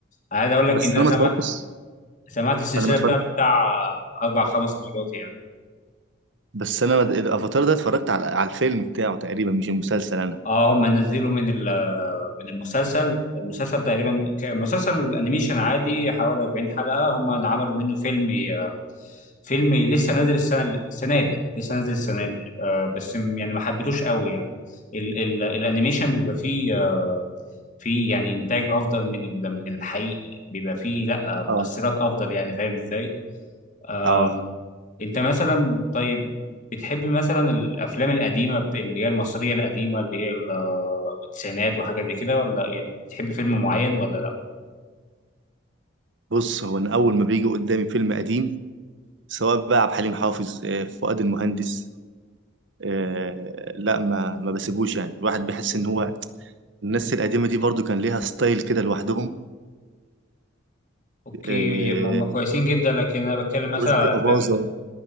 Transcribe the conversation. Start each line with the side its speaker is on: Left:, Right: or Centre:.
Left: عايز اقول لك
Right: بس
Left: ان انا
Right: انا
Left: سمعت
Right: ما اتفرجتش
Left: سمعت السلسله
Right: انا ما اتفرجت
Left: بتاعته بتاع اربع خمس مرات يعني
Right: بس انا ما- الافاتار ده اتفرجت على على الفيلم بتاعه تقريبا مش المسلسل انا
Left: اه هم نزلوا من ال- من المسلسل المسلسل تقريبا ك- مسلسل انيميشن عادي حوالي 40 حلقه هم عملوا منه فيلم ي- فيلم لسه نازل السنه السنه دي لسه نازل السنه دي آه بس م- يعني ما حبيتوش قوي يعني ال ال الانيميشن بيبقى فيه في يعني انتاج افضل من ال- من الحقيقي بيبقى فيه لا مؤثرات
Right: اه
Left: افضل يعني فاهم ازاي آه،
Right: اه
Left: انت مثلا طيب بتحب مثلا الافلام القديمه بت- اللي هي المصريه القديمه اللي هي ال- التسعينات وحاجه زي كده ولا يعني بتحب فيلم معين ولا لا
Right: بص هو انا اول ما بيجي قدامي فيلم قديم سواء بقى عبد الحليم حافظ آه، فؤاد المهندس آه لا ما ما بسيبوش يعني الواحد بيحس ان هو الناس القديمه دي برضو كان ليها ستايل كده لوحدهم
Left: اوكي
Right: آه،
Left: يبقى هم كويسين جدا لكن انا بتكلم مثلا
Right: رشدي
Left: على افلام
Right: أباظة
Left: ال-